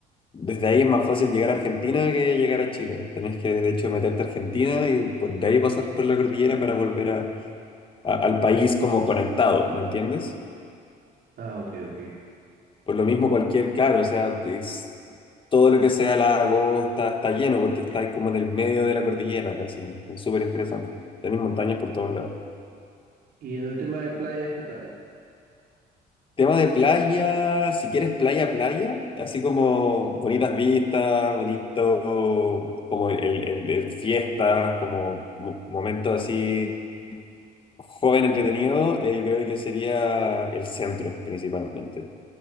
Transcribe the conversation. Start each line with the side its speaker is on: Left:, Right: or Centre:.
Left: Desde ahí es más fácil llegar a Argentina que llegar a Chile. Tenés que, de hecho, meterte a Argentina y por, de ahí pasar por la cordillera para volver a- a- al país como conectado, ¿me entiendes?
Right: Ah, ok, ok.
Left: Por lo mismo cualquier, claro, o sea, es, todo lo que sea lago está, está lleno porque está ahí como en el medio de la cordillera casi. Es súper interesante. Tenés montañas por todos lados.
Right: Y en el tema de playas, ¿qué tal?
Left: Tema de playa, si quieres playa, playa, así como bonitas vistas, bonito, como el, el, el- el fiestas, como mo- momentos así joven entretenido, eh, yo creo que sería el centro principalmente.